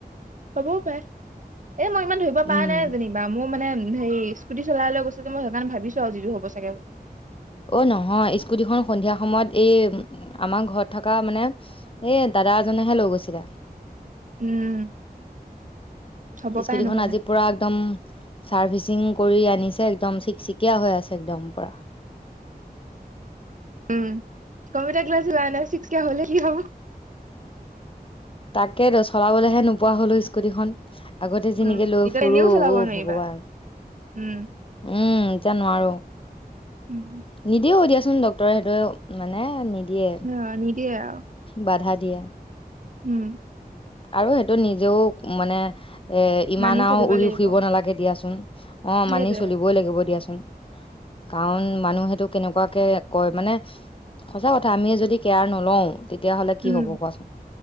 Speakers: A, on the right (about 50°); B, on the left (about 35°).
A: হ'বও পাৰে এ মই ইমান ধৰিব পৰা
B: উম
A: নাই যেনিবা, মোৰ মানে হেৰি স্কুটি চলাই লৈ গৈছে যে, মই সেইকাৰনে ভাবিছো আৰু যিটো হ'ব চাগে।
B: অ', নহয়, স্কুটিখন সন্ধিয়া সময়ত এই আমাৰ ঘৰত থকা মানে এই দাদা এজনেহে লৈ গৈছিলে।
A: উম'! হ'ব
B: স্কুটি
A: পাৰে নহ'লে।
B: খন আজি পুৰা একদম, চাৰ্ভিচিং কৰি আনিছে, একদম চিকচিকিয়া হৈ আছে একদম পুৰা।
A: উম', কম্পিউটাৰ ক্লাছ যোৱা নাই চিকচিকিয়া হলে কি হব, -
B: তাকেই টো, চলাবলেহে নোপোৱা হ'লোঁ স্কুটিখন। আগতে যিনিকে
A: উম,
B: লৈ
A: এতিয়া
B: ফুৰো
A: এনেও চলাব
B: অ ',
A: নোৱাৰিবা।
B: ভগৱান
A: উম,
B: উম', এতিয়া নোৱাৰোঁ।
A: উম।
B: নিদিও এতিয়া, কোন ডক্টৰে সেইটো মানে নিদিয়ে
A: হ', নিদিয়ে আৰু
B: বাধা দিয়া।
A: উম',
B: আৰু সেইটো নিজেও মানে, - ইমান
A: মানি
B: আৰু
A: চলিব
B: উৰি
A: লাগিব
B: ফুৰিব নালাগে দিয়াচোন। অ ',
A: সেইটোৱে
B: মানি চলিবই লাগিব দিয়াচোন। কাৰণ মানুহেটো কেনেকুৱাকে কয় মানে, সঁচা কথা আমিয়ে যদি কেয়াৰ নলও, তেতিয়াহ'লে কি
A: উম।
B: হ'ব কোৱাচোন